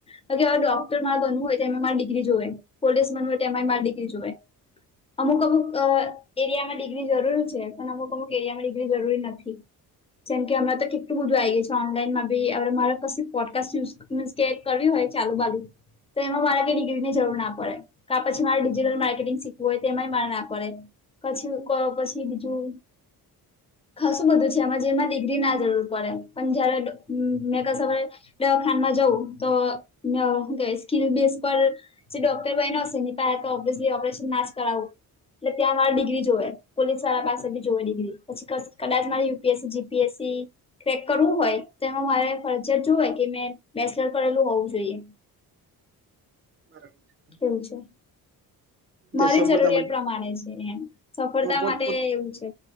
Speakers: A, on the left; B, on the right.
A: હ, હવે ડોક્ટર મા બનવું હોય તો એમાં મારી ડિગ્રી જોઈએ, પોલીસ બનવું હોય તો એમાં ડિગ્રી જોઈએ. અમુક-અમુક. એરિયામાં ડિગ્રી જરૂરી છે, પણ અમુક અમુક એરિયામાં ડિગ્રી જરૂરી નથી, જેમ કે હમણાં તો કેટલું બધું આ ગયું છે ઓનલાઈનમાં બી હ મારે ક પોડકાસ્ટ યુઝ મીન્સ કે કરવી હોય ચાલુ બાજુ તો એમાં મારા કે ડિગ્રીની જરૂર ના પડે ક પછી મારે ડિજિટલ માર્કેટિંગ શીખવું હોય તે એમાંય મારે ના પડે પછી પછી બીજું કાસું બધું છે આમાં જેમાં ડિગ્રી ના જરૂર બ પણ જ્યારે મે કસ દવાખામાં જવું તો સ્કીલ બેસ પર જે ડોક્ટર બનો હશે પ તો ઓબ્વિયસલી ઓપરેશન ના જ કરાવવું એટલે ત્યાં મારી ડિગ્રી જોવે પોલીસ વાળા પાસે બી જોવે ડિગ્રી પછી કદાચ મારી યુપીએસસી જીપીએસસી ક્રેક કરવું હોય તો એમાં મારે ફરજત જો હોય કે મેં બેચલર કરેલું હોવું જોઈએ
B: ખરેખર
A: એવુ છે મારી
B: સફળતા
A: જરૂરિયાત
B: મળી
A: પ્રમાણે છે એમ સફળતા
B: પોત
A: માટે
B: પોત
A: એવું છે